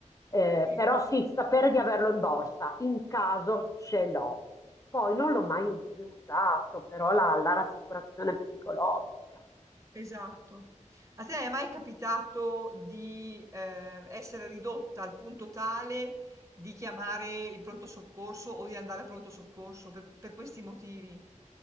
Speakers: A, on the left; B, on the right.
A: Eh,
B: Sì,
A: però sì, sapere di averlo in borsa, in caso ce l'ho. Poi
B: mh,
A: non l'ho mai più usato, però la, la rassicurazione psicologica.
B: esatto. A te è mai capitato di eh, essere ridotta al punto tale di chiamare il pronto soccorso o di andare al pronto soccorso per, per questi motivi?